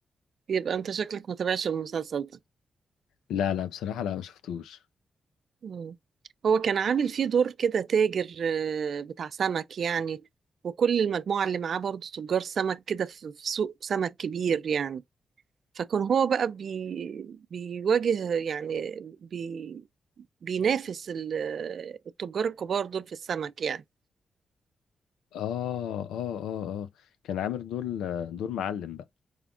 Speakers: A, on the right (about 65°); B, on the left (about 80°).
A: يبقى انت شكلك ما تابعش المسلسل ده
B: لا لا بصراحة لا ما شفتوش
A: مم. هو كان عامل فيه دور كده تاجر آه، بتاع سمك يعني وكل المجموعة اللي معاه برضه تجار سمك كده في في سوق سمك كبير يعني فكان هو بقى بي بيواجه يعني بي بينافس ال- التجار الكبار دول في السمك يعني
B: اه اه اه اه كان عامل دور دور معلم بقى